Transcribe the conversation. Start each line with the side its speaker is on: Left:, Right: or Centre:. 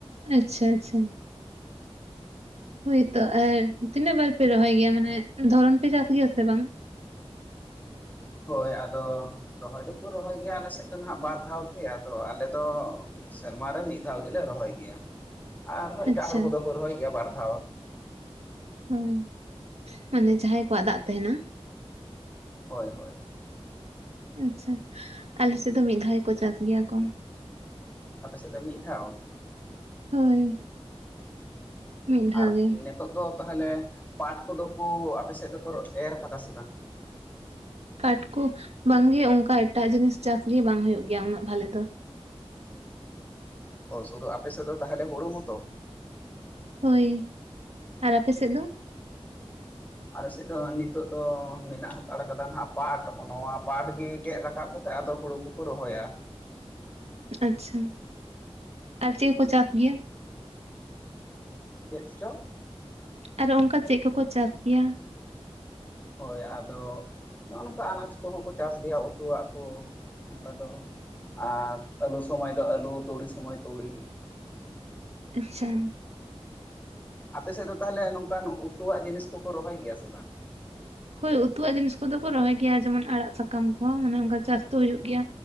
Right: ᱟᱪᱪᱷᱟ ᱟᱪᱪᱷᱟ᱾ ᱦᱳᱭᱛᱚ ᱟᱨ ᱛᱤᱱᱟᱹᱜ ᱵᱟᱨ ᱯᱮ ᱨᱚᱦᱚᱭ ᱜᱮᱭᱟ ᱢᱟᱱᱮ ᱫᱷᱚᱨᱚᱱ ᱯᱮ ᱪᱟᱥ ᱜᱮᱭᱟ ᱥᱮ ᱵᱟᱝ?
Left: ᱦᱳᱭ ᱟᱫᱚ ᱨᱚᱦᱚᱭ ᱫᱚᱠᱚ ᱨᱚᱦᱚᱭ ᱜᱮᱭᱟ ᱟᱞᱮ ᱥᱮᱫ ᱫᱚ ᱦᱟᱸᱜ ᱵᱟᱨ ᱫᱷᱟᱣ ᱜᱮ, ᱟᱫᱚ ᱟᱞᱮ ᱫᱚ ᱥᱮᱨᱢᱟ ᱨᱮ ᱢᱤᱫ ᱫᱷᱟᱣ ᱜᱮᱞᱮ ᱨᱚᱦᱚᱭ ᱜᱮᱭᱟ, ᱟᱨᱦᱚᱸ
Right: ᱟᱪᱪᱷᱟ
Left: ᱮᱴᱟᱜ ᱦᱚᱲ ᱠᱚᱫᱚ ᱠᱚ ᱨᱚᱦᱚᱭ ᱜᱮᱭᱟ ᱵᱟᱨ ᱫᱷᱟᱣ᱾
Right: ᱦᱳᱭ, ᱢᱟᱱᱮ ᱡᱟᱦᱟᱸᱭ ᱠᱚᱣᱟᱜ ᱫᱟᱜ ᱛᱟᱸᱦᱮᱱᱟ᱾
Left: ᱦᱳᱭ ᱦᱳᱭ᱾
Right: ᱟᱪᱪᱷᱟ ᱟᱞᱮ ᱥᱮᱫ ᱫᱚ ᱢᱤᱫ ᱫᱷᱟᱣ ᱜᱮᱠᱚ ᱪᱟᱥ ᱜᱮᱭᱟ ᱠᱚ᱾
Left: ᱟᱯᱮ ᱥᱮᱫ ᱫᱚ ᱢᱤᱫ ᱫᱷᱟᱣ?
Right: ᱦᱳᱭ᱾ ᱢᱤᱫ ᱫᱷᱟᱣ
Left: ᱟᱨ
Right: ᱜᱮ
Left: ᱱᱤᱛᱚᱜ ᱫᱚ ᱛᱟᱦᱚᱞᱮ ᱯᱟᱴ ᱠᱚᱫᱚ ᱠᱚ ᱟᱯᱮ ᱥᱮᱫ ᱫᱚᱠᱚ ᱮᱨ ᱠᱟᱫᱟ ᱥᱮ ᱵᱟᱝ
Right: ᱯᱟᱴ ᱠᱚ ᱵᱟᱝ ᱜᱮ ᱚᱱᱠᱟ ᱮᱴᱟᱜ ᱡᱤᱱᱤᱥ ᱪᱟᱥᱜᱤ ᱵᱟᱝ ᱦᱩᱭᱩᱜ ᱜᱮᱭᱟ ᱩᱱᱟᱹᱜ ᱵᱷᱟᱞᱮ ᱫᱚᱼᱼ
Left: ᱚ ᱥᱩᱫᱩ ᱟᱯᱮ ᱥᱮᱫ ᱫᱚ ᱛᱟᱦᱚᱞᱮ ᱦᱩᱲᱩ ᱢᱚᱛᱚ
Right: ᱦᱳᱭ ᱟᱨ ᱟᱯᱮ ᱥᱮᱫ ᱫᱚᱼᱼ
Left: ᱟᱞᱮ ᱥᱮᱫ ᱫᱚ ᱱᱤᱛᱚᱜ ᱫᱚ ᱢᱮᱱᱟᱜ ᱦᱟᱛᱟᱲ ᱠᱟᱫᱟ ᱱᱟᱜ ᱯᱟᱴ ᱱᱚᱣᱟ ᱯᱟᱴ ᱜᱮ ᱜᱮᱫ ᱨᱟᱠᱟᱵ ᱠᱟᱛᱮ ᱟᱫᱚ ᱦᱩᱲᱩ ᱠᱚ ᱠᱚ ᱨᱚᱦᱚᱭᱟ
Right: ᱟᱪᱪᱷᱟ ᱟᱨ ᱪᱮᱫ ᱠᱚᱠᱚ ᱪᱟᱥ ᱜᱮᱭᱟ?
Left: ᱪᱮᱫ ᱪᱚᱼᱼ
Right: ᱟᱨᱚ ᱚᱱᱠᱟ ᱪᱮᱫ ᱠᱚᱠᱚ ᱪᱟᱥ ᱜᱮᱭᱟ?
Left: ᱦᱳᱭ ᱟᱫᱚ ᱱᱚᱜᱼᱚ ᱱᱚᱝᱠᱟ ᱟᱱᱟᱡ ᱠᱚᱦᱚᱸ ᱠᱚ ᱪᱟᱥ ᱜᱮᱭᱟ ᱩᱛᱩᱣᱟᱜ ᱠᱚ ᱚᱱᱠᱟ ᱫᱚ ᱟᱨ ᱟᱹᱞᱩ ᱥᱚᱢᱚᱭ ᱫᱚ ᱟᱹᱞᱩ ᱛᱩᱲᱤ ᱥᱚᱢᱚᱭ ᱛᱩᱲᱤ
Right: ᱟᱪᱪᱷᱟ
Left: ᱟᱯᱮ ᱥᱮᱫ ᱫᱚ ᱛᱟᱦᱚᱞᱮ ᱱᱚᱝᱠᱟᱱ ᱩᱛᱩᱣᱟᱜ ᱡᱤᱱᱤᱥ ᱠᱚᱠᱚ ᱨᱚᱦᱚᱭ ᱜᱮᱭᱟ ᱥᱮ ᱵᱟᱝ?
Right: ᱦᱳᱭ ᱩᱛᱩᱣᱟᱜ ᱡᱤᱱᱤᱥ ᱠᱚᱫᱚ ᱠᱚ ᱨᱚᱦᱚᱭ ᱜᱮᱭᱟ ᱡᱮᱢᱚᱱ ᱟᱲᱟᱜ ᱥᱟᱠᱟᱢ ᱠᱚᱦᱚᱸ ᱢᱟᱱᱮ ᱚᱱᱠᱟ ᱪᱟᱥ ᱫᱚ ᱦᱩᱭᱩᱜ ᱜᱮᱭᱟ